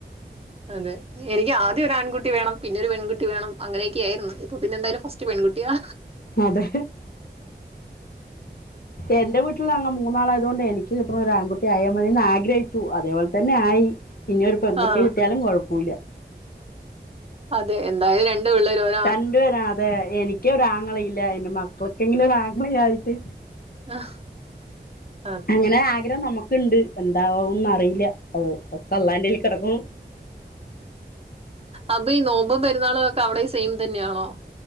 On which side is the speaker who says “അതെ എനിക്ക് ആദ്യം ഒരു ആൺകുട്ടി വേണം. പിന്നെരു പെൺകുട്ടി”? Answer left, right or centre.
Right